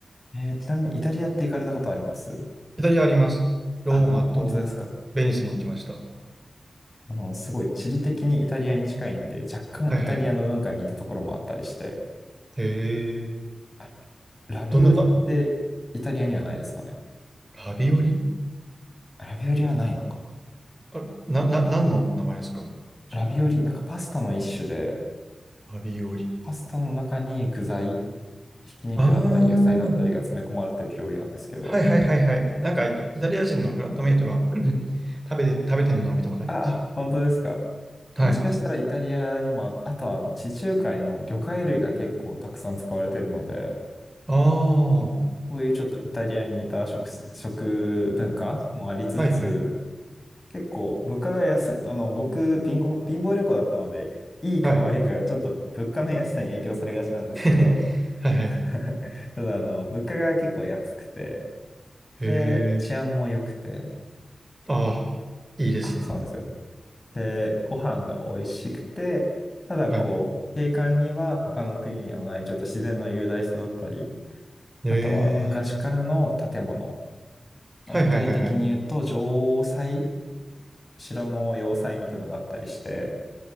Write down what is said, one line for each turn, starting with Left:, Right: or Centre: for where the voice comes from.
Left: えーちなみにイタリアって行かれたことあります
Right: イタリアあります。ローマとベニスに行きました。
Left: あ、本当ですか
Right: は
Left: あの、すごい地理的にイタリアに近いんで、若干イタリアの文化に似たところもあったりして、
Right: いはい。へえ、
Left: あラビオリってイタリアにはないですかね
Right: どんなか、ラビオリ
Left: ラビオリはないのか。
Right: あ、な、な、何の名前ですかそう
Left: ラビオリ、なんかパスタの一種で、
Right: ラビオリ。
Left: パスタの中に具材、ひき肉だったり野菜だったりが詰め込まれてる料理なんですけど。
Right: ああ。はいはいはいはい。なんかイタ、イタリア人のフラットメイトが <clears throat> 食べて、食べてるのは見たことあります。
Left: あ、あ、本当ですか。
Right: はい。
Left: もしかしたらイタリアにもあ、あとはあの地中海の魚介類が結構たくさん使われてるので、
Right: ああ、は
Left: こういうちょっとイタリアに似た食し、食文化もありつつ、
Right: いはい。
Left: 結構物価が安い、あの、僕、貧乏、貧乏旅行だったので、いいか悪いかがちょっと物価の安さに影響されがちなんですけど、
Right: はい。<laughs> はいはい。
Left: <laughs> ただ、あの、物価が結構安くて、
Right: へえ。
Left: で、治安も良くて、
Right: ああ、いいですね。
Left: あ、そうなんですよ。で、ご飯が美味しくて、ただ、
Right: はい。
Left: こう、景観には他の国にはない、ちょっと自然の雄大さだったり、
Right: へ
Left: あとは昔からの建物。
Right: え。
Left: まあ具体的に言うと、
Right: はいはいはいはい。
Left: 城塞、城の要塞みたいなのがあったりして、